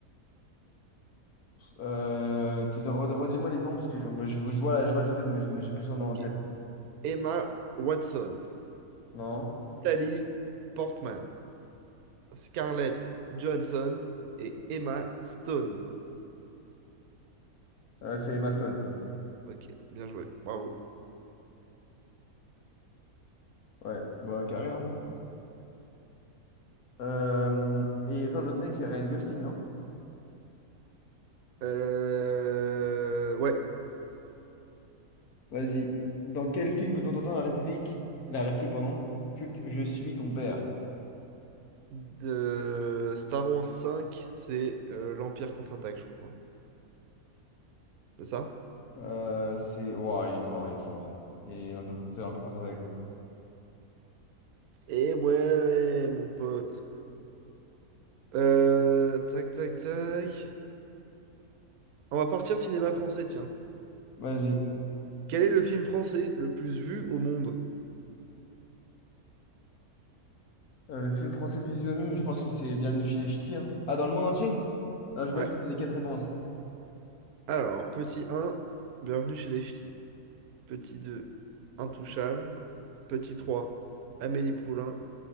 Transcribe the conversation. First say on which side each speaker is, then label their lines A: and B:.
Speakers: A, on the left; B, on the right.
A: Euh, tu te re- redis-moi les noms parce que je, me- je, je vois, je vois sa tête, mais je me j'ai plus son nom
B: Ok.
A: en tête.
B: Emma Watson,
A: Non?
B: Natalie Portman, Scarlett Johansson et Emma Stone.
A: Euh, c'est Emma Stone.
B: Ok, bien joué, bravo.
A: Ouais, bah carré, hein. Euh, et attends, l'autre mec, c'est Ryan Gosling, non?
B: Euh, Ouais,
A: Vas-y. Dans quel film peut-on entendre la République, la réplique, pardon, culte Je suis ton père?
B: de Star Wars cinq, c'est euh, l'Empire contre-attaque, je crois. C'est ça?
A: Euh, c'est. Ouah, il est fort, il est fort. Et un peu, c'est un peu contre attaque.
B: Eh ouais, ouais, mon pote. Euh, tac, tac, tac. On va partir cinéma français, tiens.
A: Vas-y.
B: Quel est le film français le plus vu au monde?
A: Euh, le film français le plus vu mais je pense que c'est Bienvenue chez les Ch'tis. hein. Ah, dans le monde entier? Non, je
B: Ouais.
A: veux bien que tu me donnes les quatre réponses.
B: Alors, petit un, bienvenue chez les ch'tis. Petit 2, intouchable. Petit 3, Amélie Poulain.